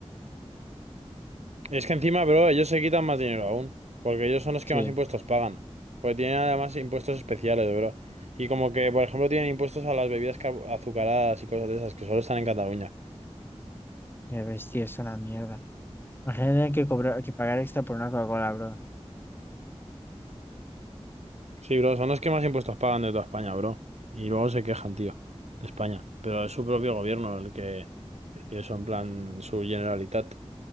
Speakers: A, on the right; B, on the left.
A: Es que encima, bro, ellos se quitan más dinero aún, porque ellos son los que
B: Sí.
A: más impuestos pagan, porque tienen además impuestos especiales, bro. Y como que, por ejemplo, tienen impuestos a las bebidas car- azucaradas y cosas de esas que solo están en Cataluña.
B: Ya ves, tío, es una mierda. Imagínate que cobrar, que pagar extra por una Coca-Cola, bro.
A: Sí, bro, son los que más impuestos pagan de toda España, bro. Y luego se quejan, tío, de España. Pero es su propio gobierno el que decide eso, en plan su Generalitat.